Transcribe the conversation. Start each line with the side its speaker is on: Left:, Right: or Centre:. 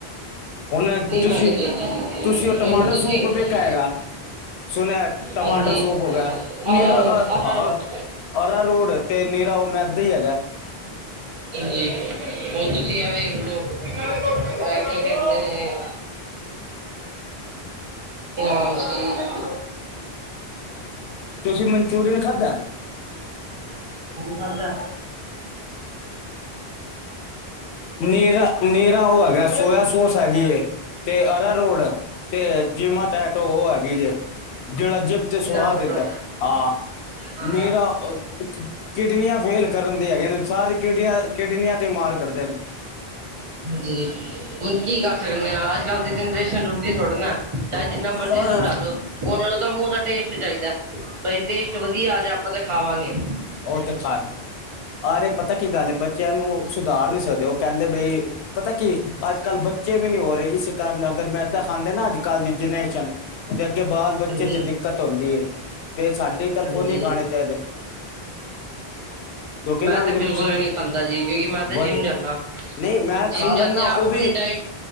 Left: ਹੁਨ
Right: ਨਹੀਂ
Left: ਤੁਸੀਂ,
Right: ਖਾਣੇ ਚਾਹੀਦੇ
Left: ਤੁਸੀਂ ਓ ਟਮਾਟਰ
Right: ਹੁਣ ਤੁਸੀਂ
Left: ਸੂਪ ਵੇਖਾ ਹੈਗਾ? ਸੁਨੇਆ ਟਮਾਟਰ
Right: ਹਾਂਜੀ
Left: ਸੂਪ ਹੋ ਗਿਆ ਨੀਰਾ
Right: ਅਰਾਰੋਟ
Left: ਅ
Right: ਅਰਾਰੋਟ
Left: ਅ ਅਰਾ ਰੋਡ ਤੇ ਨੀਰਾ ਓ ਮੈਦਾ ਈ ਹੈਗਾ।
Right: ਹਾਂਜੀ ਹੁਨ ਤੁਸੀਂ ਐ ਵੇਂਖਲੋ ਐ ਕੀ ਕੈਂਦੇ ਨੇ? ਹਾਂਜੀ।
Left: ਤੁਸੀ ਮਨਚੂਰੀਅਨ ਖਾਦੈ?
Right: ਖਾਦੈ।
Left: ਨੀਰਾ-ਨੀਰਾ ਓ ਹੈਗਾ ਸੋਏਆ ਸੋਸ ਹੈਗੀ ਏ ਤੇ ਅਰਾ ਰੋਡ। ਤੇ ਜਿਮਾ ਟੈਟ ਓ ਹੈਗੀ ਜੇ ਜੇੜਾ ਜਿਮ ਤੇ ਸੁਵਾਦ
Right: ਬਿਨਾਂ ਮੋਟੋ
Left: ਦਿੰਦਾ ਹਾਂ,
Right: ਹਾਂ
Left: ਨੀਰਾ ਅ- ਕਿਡਨੀਆਂ ਫੇਲ ਕਰਨ ਦੇ ਹੈਗੇ ਨੇ ਸਾਰੇ ਕਿਡੀਆਂ-ਕਿਡਨੀਆਂ ਤੇ ਮਾਰ ਕਰਦੇ ਨੇ।
Right: ਹਾਂਜੀ ਹੁਨ ਕੀ ਕਰ ਸਕਨੇ ਆਂ ਅੱਜ-ਕੱਲ ਦੀ ਜਨਰੇਸ਼ਨ ਰੁਕਦੀ ਥੋੜੀ ਨੈ। ਚਾਹੇ ਜਿੰਨਾ ਮਰਜ਼ੀ
Left: ਹਾਂ,
Right: ਸਮਝਾ ਲੋ ਓਨਾਂ ਨੂੰ ਤਾਂ ਮੂੰਹ ਦਾ ਟੇਸਟ ਚਾਈਦਾ ਬਈ ਟੇਸਟ ਵਦੀ ਵਦੀਆ ਆ ਰਿਆ ਆਪਾਂ ਤਾਂ ਖਾਵਾਂਗੇ।
Left: ਓ ਤੇ ਖਾ ਆਰੇ ਪਤਾ ਕੀ ਗੱਲ ਐ ਬੱਚੇਆਂ ਨੂੰ ਸੁਧਾਰ ਨੀ ਸਕਦੇ ਓ ਕੈਂਦੇ ਬਈ ਪਤਾ ਕੀ ਅੱਜ-ਕੱਲ ਬੱਚੇ ਵੀ ਨੀ ਹੋ ਰਹੀ ਇਸ ਕਾਰਨ ਅਗਰ ਮੈਦਾ ਖਾਂਦੇ ਨਾ ਅੱਜ-ਕੱਲ ਦੀ ਜਨਰੇਸ਼ਨ ਤੇ ਅੱਗੇ ਬਾਲ
Right: ਹਾਂਜੀ
Left: ਬੱਚੇ ਚ ਦਿੱਕਤ ਹੁੰਦੀ ਐ ਤੇ ਸਾਡੀ
Right: ਹਾਂਜੀ
Left: ਤਰਫੋਂ ਨੀ ਖਾਣੇ ਚਾਈਦੇ। ਕਿਉਂਕਿ
Right: ਮੈਂ
Left: ਨਾ
Right: ਤੇ
Left: ਨੁਕਸ
Right: ਬਿਲਕੁਲ ਵੀ ਨਹੀਂ ਖਾਂਦਾ ਜੀ ਕਿਉਂਕਿ ਮੈਂ ਤੇ
Left: ਵਦੇ
Right: ਜਿੰਮ ਜਾਂਦਾ
Left: ਨਈਂ ਮੈਂ
Right: ਜਿੰਮ
Left: ਖਾ ਲੈਂਨਾ
Right: ਜਾਂਦੇ
Left: ਓ
Right: ਆ ਆਪਣੀ
Left: ਵੀ
Right: ਡਾਇਟ